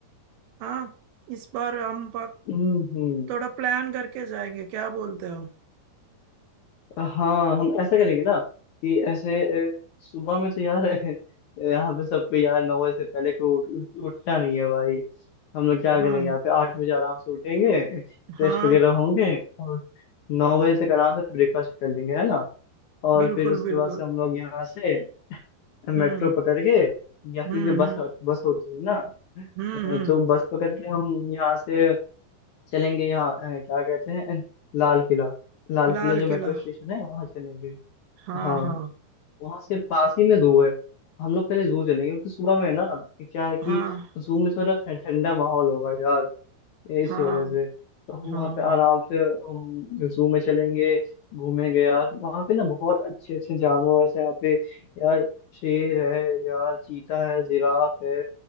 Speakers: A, on the right (about 75°); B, on the left (about 70°).
A: हाँ इस बार हम पक-
B: हम्म
A: थोड़ा प्लान करके जाएंगे क्या बोलते हो
B: हाँ हम ऐसा करेंगे ना कि ऐसे अ, सुबह में तो यार <laughs> यहाँ पे सबको यार नौ बजे से पहले कोई उठ, उठ, उठता नहीं है भाई हम लोग क्या
A: हाँ
B: करेंगे यहाँ पे आठ बजे आराम से उठेंगे फ्रेश
A: हाँ
B: वगैरह होंगे और नौ बजे तक आराम से ब्रेकफास्ट कर लेंगे है ना और
A: बिल्कुल
B: फिर उसके
A: बिल्कुल
B: बाद से हम लोग यहाँ से मेट्रो
A: हम्म
B: पकड़ के या
A: हम्म
B: फिर जो बस
A: हम्म
B: बस होती है ना
A: हम्म
B: अ,
A: हम्म
B: तो बस पकड़ के हम यहाँ से चलेंगे यहाँ अ, क्या कहते हैं लाल किला लाल
A: लाल
B: किला जो मेट्रो
A: किला
B: स्टेशन है वहाँ चलेंगे
A: हाँ
B: हाँ
A: हाँ
B: वहां से पास ही में जू है हम लोग पहले जू चलेंगे क्योंकि सुबह में ना ये क्या है कि
A: हाँ
B: जू में थोड़ा ठं- ठंडा माहौल होगा यार इसी
A: हाँ
B: वजह से तो हम
A: हाँ
B: वहाँ पे आराम से जू में चलेंगे घूमेंगे यार वहाँ पे ना बहुत अच्छे अच्छे जानवर हैं यहाँ पे यार शेर है यार चीता है जिराफ है